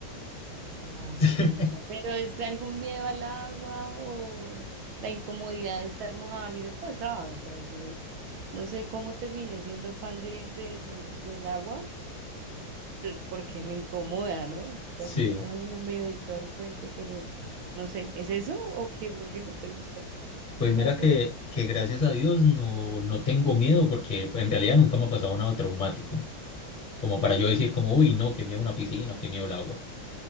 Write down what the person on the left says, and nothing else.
<laughs>
Sí,
pues mira
que, que gracias a Dios no, no tengo miedo porque en realidad nunca me ha pasado nada traumático. como para yo decir como, uy, no, qué miedo una piscina, qué miedo el agua.